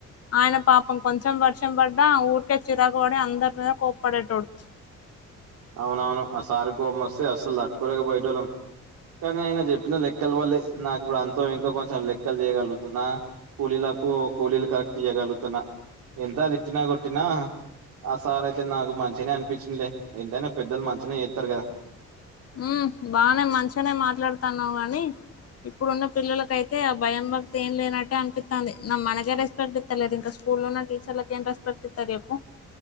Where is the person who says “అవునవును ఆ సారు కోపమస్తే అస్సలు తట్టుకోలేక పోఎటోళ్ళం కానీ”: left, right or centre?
Right